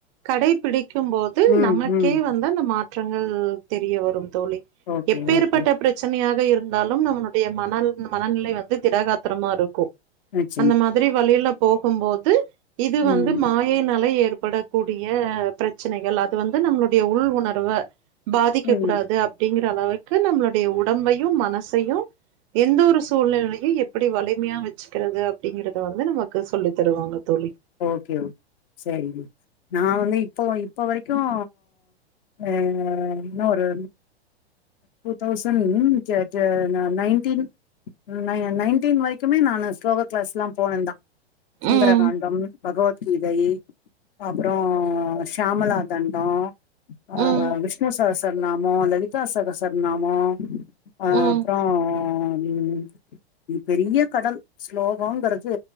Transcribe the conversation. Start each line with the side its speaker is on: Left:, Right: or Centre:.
Right: கடைபிடி க்கும் போது
Left: ம்
Right: நமக்கே
Left: ம்
Right: வந்து அந்த மாற் றங்கள் தெரிய வரும் தோழி
Left: ஓகே
Right: எப்பேற்பட்ட
Left: ஓகே
Right: பிரச்சனையா க இருந்தாலும் நம்மனுடைய மனல் மனநிலை வந்து திடகாத்திரமாருக்கும்
Left: நிச்சயமா
Right: அந்த மாதிரி வழியில போகும்போது இது வந்து
Left: ம்
Right: மாயை நலை ஏற் படக்கூடிய பிரச்சனைகள் அது வந்து நம்மளுடைய உள் உணர்வ பாதிக்க
Left: ம்
Right: கூடாது அப்படிங்கிற அளவுக்கு நம்மளுடைய உடம்பை யு மனசையு எந்த ஒரு சூழ்நிலைலயு எப்படி வலிமையா வச் வச்சுக்கிறது அப்படிங்கறத வந்து நமக்கு சொல்லி தருவாங்க தோழி
Left: ஓகே ஓகே சரிங்க நா வந்து இப்போ இப்போ வரக்கு ஓ அ இன்னு ஒரு டூ தௌசண்ட் ட டா நைன்டீன் நய நயன்டீன் வரக்குமே நானு ஸ்லோகா கிளாஸ்லா போனந்தா சுந்தரகாண்டம்
Right: ம்
Left: பகவத் கீதை அப்றோ சியாமலா தண்டோ ஆ
Right: ம்
Left: விஷ்ணு சரஸர்நாமோ லலிதா சரஸ் சர் நாமோ அ
Right: ம்
Left: அப்றோ ம் நீ பெரிய கடல் ஸ்லோகங்கறது